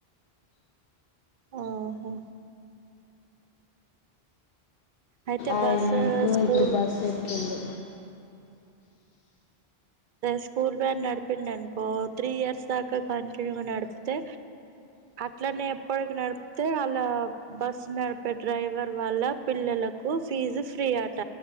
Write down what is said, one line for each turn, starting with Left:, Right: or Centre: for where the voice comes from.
Right: ఆహా అయితే
Left: ఆయనకు
Right: బస్సు స్కూల్
Left: ఇప్పుడు బాస్ ఎక్కిండు
Right: స్కూల్ వ్యాన్ గ నడిపిండ అనుకో త్రీ ఇయర్స్ దాకా కాంటున్యూగా నడిపితే అట్లా నే ఎప్పటికి నడిపేఅలా బస్ డ్రైవర్ వాళ్ళ పిల్లలకు ఫీజు ఫ్రీ అట